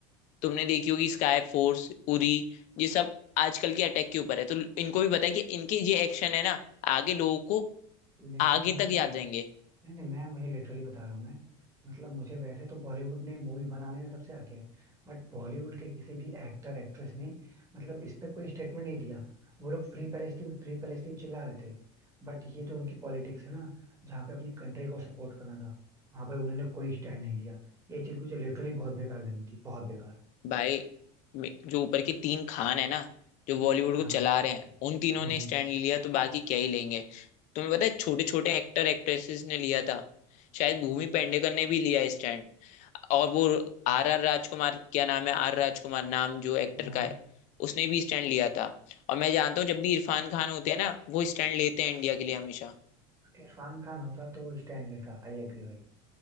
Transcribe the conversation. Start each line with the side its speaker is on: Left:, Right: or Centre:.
Left: तुमने देखी होगी स्काई फोर्स उरी ये सब आजकल के अटैक के ऊपर है तो इनको भी पता है कि इनके ये एक्शन है ना आगे लोगों को
Right: लेकिन
Left: आगे
Right: मैं
Left: तक याद रहेंगे
Right: नहीं नहीं मैं मुझे लिटरली बता रहा हूँ मैं मतलब मुझे वैसे तो बॉलीवुड ने मूवी बनाने में सबसे आगे है बट बॉलीवुड के किसी भी एक्टर एक्ट्रेस ने मतलब इस पे कोई स्टेटमेंट नहीं दिया वो लोग फ्री पैलेस्टीन फ्री पैलेस्टीन चिल्ला रहे थे बट ये जो उनकी पॉलिटिक्स है ना जहाँ पे अपनी कंट्री को सपोर्ट करना था वहां पे उन्होंने कोई स्टैंड नहीं लिया ये चीज मुझे लिटरली बहुत बेकार लगी थी बहुत बेकार
Left: भाई मे- जो ऊपर के तीन खान है ना जो बॉलीवुड
Right: हाँ
Left: को चला रहे हैं उन तीनों
Right: हम्म
Left: ने स्टैंड लिया तो बाकी क्या ही लेंगे तुम्हें पता है छोटे छोटे एक्टर एक्ट्रेसेस ने लिया था शायद भूमि पेडनेकर ने भी लिया स्टैंड और वो आर आर राजकुमार क्या नाम है आर राजकुमार नाम जो एक्टर
Right: हम्म, हाँ
Left: का है उसने भी स्टैंड लिया था और मैं जानता हूँ जब भी इरफान खान होते हैं ना वो स्टैंड लेते हैं इंडिया के लिए हमेशा
Right: इरफान खान होता तो स्टैंड लेता आई एग्री भाई